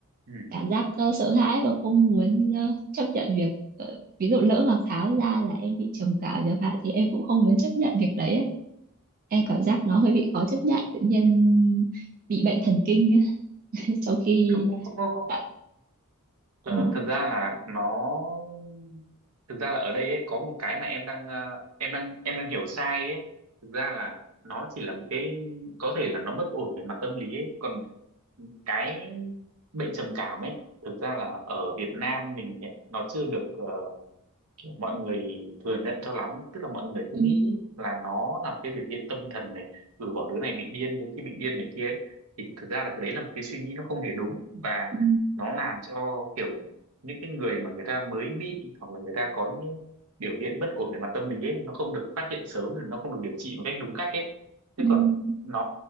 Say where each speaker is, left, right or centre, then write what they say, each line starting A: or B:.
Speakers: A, on the right; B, on the right.
A: ừ.
B: cảm giác ờ, sợ hãi và không muốn ờ, chấp nhận việc ờ, ví dụ lỡ mà khám ra là em bị trầm cảm chẳng hạn thì em cũng không muốn chấp nhận việc đấy ấy. em cảm giác nó hơi bị khó chấp nhận tự nhiên bị bệnh thần kinh <laughs> ấy, trong khi
A: không không không không không.
B: tại ừ,
A: Ờ, thật ra là nó thực ra là ở đây ấy có một cái mà em đang ờ, em đang em đang hiểu sai ấy thực ra là nó chỉ là một cái có thể là nó bất ổn về mặt tâm lý ấy còn cái bệnh trầm cảm ấy thực ra là ở Việt Nam mình ấy, nó chưa được ờ, kiểu mọi người thừa nhận cho lắm ấy. Tức là mọi người
B: ừ,
A: cứ nghĩ là nó là một cái biểu hiện tâm thần này ừ bảo đứa này bị điên đứa kia bị điên này kia ấy thì thực ra là cái đấy là một cái suy nghĩ nó không hề đúng và
B: ừ,
A: nó làm cho kiểu những cái người mà người ta mới bị hoặc là người ta có những cái biểu hiện bất ổn về mặt tâm lý ấy nó không được phát hiện sớm nó không được điều trị một cách đúng cách ấy chứ
B: ừ,
A: còn nó